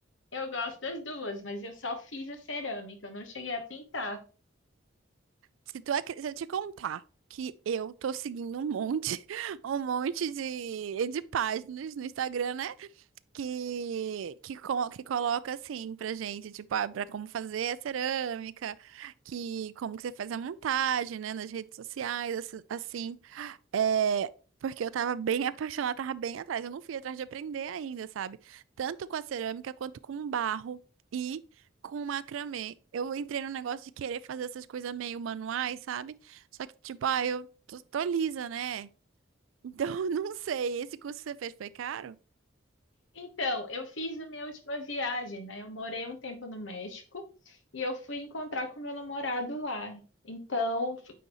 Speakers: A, on the left; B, on the right.
A: Eu gosto das duas, mas eu só fiz a cerâmica, eu não cheguei a pintar.
B: Se tu acre- se eu te contar que eu tô seguindo um monte, <laughs> um monte de, de páginas no Instagram, né? que, que, co- que coloca assim pra gente, tipo, ah, pra como fazer a cerâmica, que como que você faz a montagem, né, nas redes sociais, assi- assim, é, porque eu tava bem apaixonada, tava bem atrás, eu não fui atrás de aprender ainda, sabe? Tanto com a cerâmica quanto com barro e com macramê. Eu entrei no negócio de querer fazer essas coisas meio manuais, sabe? Só que, tipo, ah, eu tô, tô lisa, né? Então, <laughs> eu não sei, esse curso que você fez foi caro?
A: Então, eu fiz na minha última viagem, né? Eu morei um tempo no México e eu fui encontrar com meu namorado lá. Então,